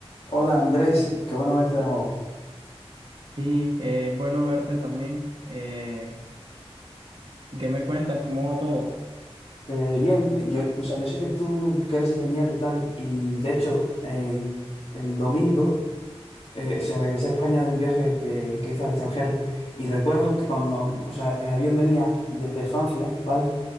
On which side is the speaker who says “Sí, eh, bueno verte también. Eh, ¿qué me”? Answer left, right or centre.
Right